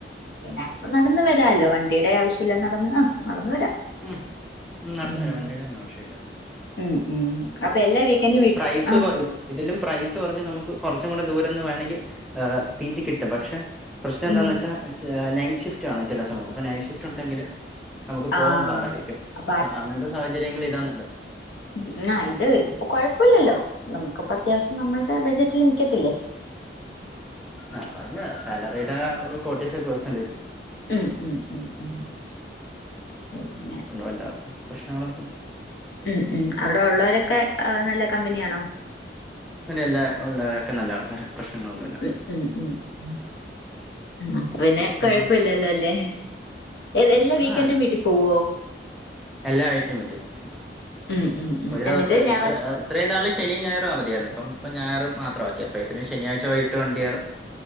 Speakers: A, on the left; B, in the centre.
A: അപ്പം നടന്ന വരാല്ലോ വണ്ടിയുടെ ആവശ്യമല്ല നടന്ന് ആ നടന്ന വരാം
B: ഉം ഉ നടന്നു
A: ഉം
B: വരാം വണ്ടിയുടെ ഒന്നും ആവശ്യല്ല
A: ഉം ഉം അപ്പൊ എല്ലാ വീക്കൻഡും വിട്
B: പ്രൈസ്
A: ആഹ
B: കൊ ഇത് ഇതിലും പ്രൈസ് പറഞ്ഞ് നമുക്ക് കുറച്ചും കൂടെ ദൂരൊന്നന്ന് വേണമെങ്കിൽ പി ജി കിട്ടും പക്ഷെ പ്രശ്നം
A: ഉം
B: എന്താന്ന് വെച്ചാ നൈറ്റ് ഷിഫ്റ്റ് ആണ് ചില സമയത്ത് അപ്പോൾ നൈറ്റ് ഷിഫ്റ്റ് ഉണ്ടെങ്കില് നമുക്ക് പോകാൻ
A: ആഹ്
B: പാടായിരിക്കും അപ്പോൾ അങ്ങനത്തെ സാഹചര്യങ്ങളി ഇതാെ നല്ലത്
A: ഉ ആ ഇത് ഇതിപ്പോ കൊഴപ്പമില്ലല്ലോ നമുക്കിപ്പ അത്യാവശ്യം നമ്മുടെ ബജറ്റില് നിൽക്കത്തില്ലേ
B: ആഹ അല്ല സാലറിയുടെ ഒരു ഫോർട്ടി ഫൈവ് പെർസന്റേജ്
A: ഉം ഉം ഉം ഉം ഒ ങ്ങനെ
B: അേണ്ടറ് <inaudible> പ്രശ്നങ്ങളൊക്കെ
A: ഉം ഉം അവിടെ ഉള്ളവരൊക്കെ നല്ല കമ്പനി അണോ
B: അങ്ങന എല്ലാ ഉള്ളരൊക്കെ നല്ല ആൾക്കാരാണ് പ്രശ്ന ഒന്നുമില്ല
A: ഉം ഉം ഉം ഉഅ പിന്നെ കുഴപ്പില്ലല്ലോ
B: ഉം
A: അല്ലേ എല്ലാ വീക്കെന്റുവീട്ടി
B: ആ
A: പോവോ
B: എല്ലാ ആഴ്ചയും വീട്ടിപ്പോകുംഒരു
A: ഉം ഉം ഉം
B: ദിവസം
A: എന്നിട്ട് ഞായറാഴ്ച
B: ഇത്ര ഇത്രയും നാള് ശനി ഞയർ അവ ആയിരുന്നു ഇപ്പംപ്പോൾ ഞായർ മാത്രമാക്കിയ അപ്പോഴത്തിന ശനിയാഴ്ച്ച വൈകട്ട് വണ്ടിയറും